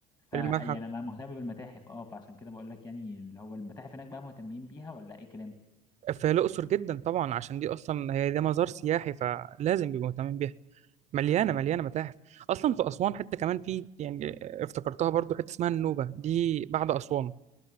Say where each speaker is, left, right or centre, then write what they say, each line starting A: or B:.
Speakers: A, on the left; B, on the right.
A: فيعني
B: المتحف
A: انا مهتم بالمتاحف اه فعشان كده بقول لك يعني اللي هو المتاحف هناك بقى مهتمين بيها ولا اي كلام
B: في الأقصر جدا طبعا عشان دي أصلا هي ده مزار سياحي فلازم بيبقوا مهتمين بيها مليانة مليانة متاحف أصلا في أسوان حتى كمان في يعني افتكرتها برضو حتة اسمها النوبة دي بعد أسوان